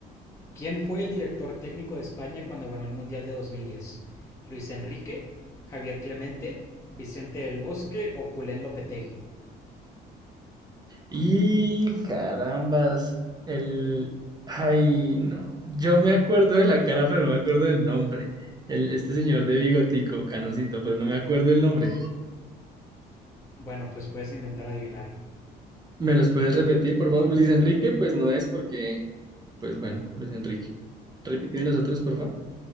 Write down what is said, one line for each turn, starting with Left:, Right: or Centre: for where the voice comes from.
Left: ¿Quién fue el director técnico de España cuando ganó el Mundial de 2010? ¿Luis Enrique, Javier Clemente, Vicente del Bosque o Julen Lopetegui?
Right: Y carambas, el... Ay, no. Yo me acuerdo de la cara, pero no me acuerdo del nombre. El, este señor de bigotico, canosito, pero no me acuerdo el nombre.
Left: Bueno, pues puedes intentar adivinar.
Right: ¿Me los puedes repetir, por favor? Luis Enrique, pues no es porque... Pues bueno, Luis Enrique. Repíteme los otros, por favor.